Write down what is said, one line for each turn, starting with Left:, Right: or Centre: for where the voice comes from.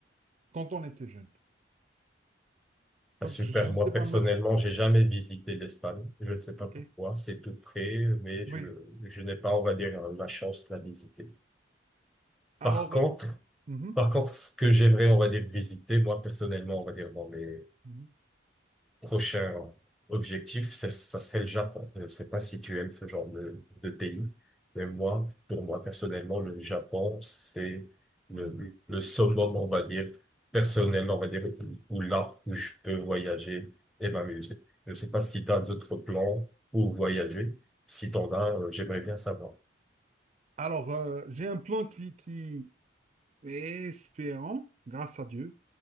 Right: quand on était jeunes.
Centre: Ah,
Right: Donc,
Centre: super,
Right: je
Centre: moi
Right: ne sais pas
Centre: personnellement,
Right: mettre.
Centre: j'ai jamais visité l'Espagne, je ne sais pas
Right: OK?
Centre: pourquoi, c'est tout près, mais je,
Right: Oui.
Centre: je n'ai pas, on va dire, la chance de la visiter.
Right: Alors.
Centre: Par contre,
Right: euh, mhm.
Centre: Par contre, ce que j'aimerais, on va dire, visiter, moi, personnellement, on va dire, dans mes
Right: Mhm.
Centre: prochains objectifs, ça, ça serait le Japon. Je ne sais pas si tu aimes ce genre de, de pays, mais moi, pour moi, personnellement, le Japon, c'est le,
Right: Mhm.
Centre: le summum, on va dire, personnel, on va dire, où là, où je peux voyager et m'amuser. Je ne sais pas si tu as d'autres plans ou voyager. Si t'en as, euh, j'aimerais bien savoir.
Right: Alors, euh, j'ai un plan qui, qui est espérant, grâce à Dieu,